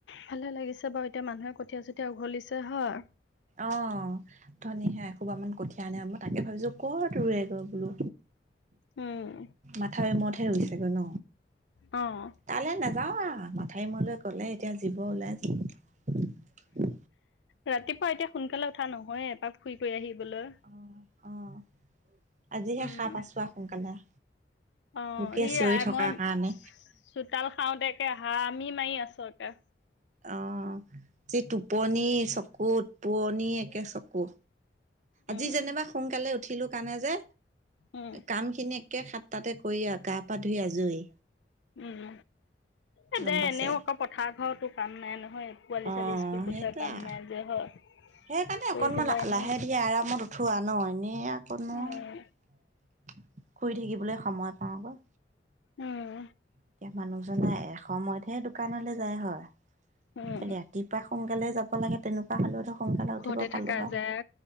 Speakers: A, on the left (about 85°); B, on the right (about 40°).
A: ভালে লাগিছে বাৰু এতিয়া মানুহে কঠীয়া চতিয়া উঘলিছে হয়
B: অ ধনী হে এসোপামান কঠিয়া আনে মই তাকে ভাবিছো কত ৰুৱেগৈ বোলো।
A: উম
B: মাথা <unintelligible> হৈছেগৈ ন?
A: অ'।
B: তালৈ নাযাও মাথাউৰি মূৰলৈ গ'লে এতিয়া জীৱ ওলাই
A: ৰাতিপুৱা এতিয়া সোনকালে উঠা নহয়ে, এপাক ফুৰি কৰি আহিবলৈ।
B: অ', অ', আজিহে
A: উম
B: সাৰ পাইছোঁ আৰু সোনকালে।
A: অ',
B: লোকে
A: ই
B: চিঞৰি
A: আই,
B: থকাৰ
A: মই
B: কাৰণে
A: চোতাল সাৰোতে একে হামি মাৰি আছোঁ। এ
B: অ', যি টোপনি, চকুত পোৱনি, একে চকু
A: উম
B: আজি যেনিবা সোনকালে উঠিলোঁ কাৰণে যে,
A: উম
B: কামখিনি একে সাতটাতে কৰি আ, আৰু গা, পা ধুই আজৰি।
A: উম। এ,
B: গম
A: দে,
B: পাইছে।
A: এনেও আকৌ পথাৰ, ঘৰতো কাম নাই নহয়, পোৱালি,
B: অ',
A: ছোৱালী স্কুল পঠিওৱা
B: সেইটোৱে
A: কাম
B: আ।
A: নাই যে, হয়?
B: সেইকাৰণে
A: কৰি
B: অকনমান
A: পেলাই
B: লা-লাহে
A: এনে
B: ধীৰে আৰামত উঠোঁ আৰু ন' এনেই আৰু ক'তনো
A: উম
B: আ শুই থাকিবলৈ সময় পাওঁ গৈ।
A: উম।
B: এতিয়া মানুহজনে এসময়তহে দোকানলে যায় হয়।
A: উম
B: ৰাতিপুৱা সোনকালে যাব লাগে তেনেকুৱা হ'লেওতো সোনকালে
A: ঘৰতে
B: উঠিব পালো
A: থাকা
B: হয়।
A: যায়